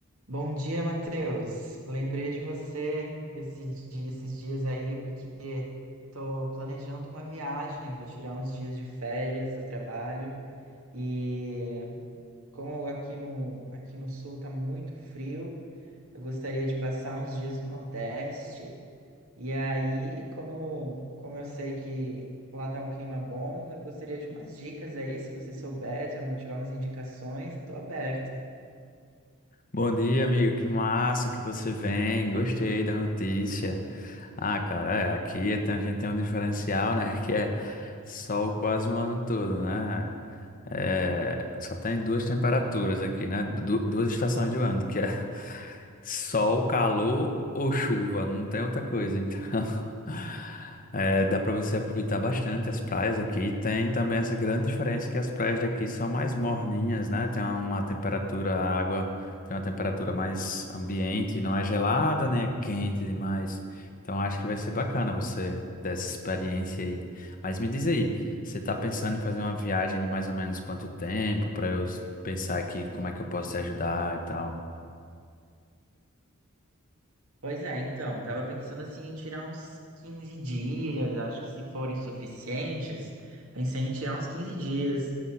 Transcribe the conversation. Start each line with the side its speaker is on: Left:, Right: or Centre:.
Right: Bom dia, Matheus. Lembrei de você esse dia- esses dias aí, porque tô planejando uma viagem, vou tirar uns dias de férias do trabalho. E como aqui no, aqui no sul tá muito frio, eu gostaria de passar uns dias no Nordeste. E aí, como eu, como eu sei que lá tá um clima bom, eu gostaria de umas dicas aí, se você souber, se eu tiver umas indicações, eu tô aberto.
Left: Bom dia, amigo. Que massa que você vem. Gostei da notícia. Ah, cara, é, aqui é- tem- a gente tem um diferencial, né? <laughs> Que é sol quase um ano todo, né? É, só tem duas temperaturas aqui, né? Du- duas estações do ano, que é <laughs> sol, calor ou chuva. Não tem outra coisa, então. <laughs> é, dá para você aproveitar bastante as praias aqui. Tem também essa grande diferença que as praias daqui são mais morninhas, né? Tem uma temperatura, a água. Tem uma temperatura mais ambiente, não é gelada, nem é quente demais. Então acho que vai ser bacana você ter essa experiência aí. Mas me diz aí, você tá pensando em fazer uma viagem de mais ou menos quanto tempo para eu s- pensar aqui como é que eu posso te ajudar e tal?
Right: Pois é, então, tava pensando assim em tirar uns 15 dias, acho que se forem suficientes, pensei em tirar uns 15 dias,